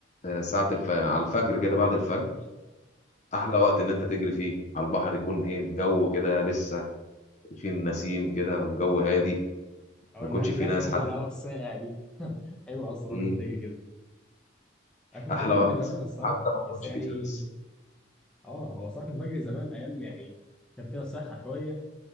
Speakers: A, on the left; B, in the centre.
A: آه ساعة الف... على الفجر كده بعد الفجر أحلى وقت إن أنت تجري فيه على البحر يكون إيه الجو كده لسه فيه النسيم كده والجو هادي
B: او
A: ما
B: الن-
A: يكونش فيه
B: لفحه
A: ناس حتى
B: الهواء الساقع دي <laughs> حلوه اصلا
A: مم.
B: الراجل تجري كده انا كنت
A: أحلى
B: بجري
A: وقت
B: زمان الصراحه
A: حتى ما يكونش
B: بس يعني
A: فيه شمس
B: اه هو صراحه كنت بجري زمان ايام يعني كان فيها صحه شويه